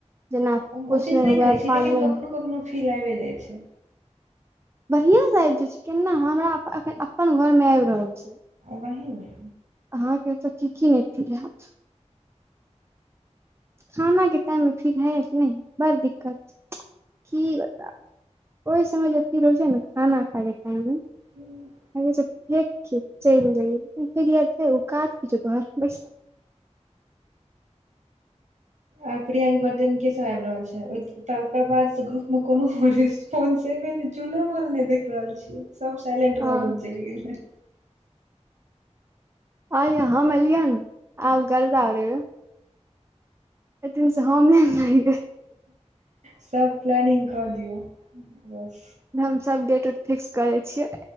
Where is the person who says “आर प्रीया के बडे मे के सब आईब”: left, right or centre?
Right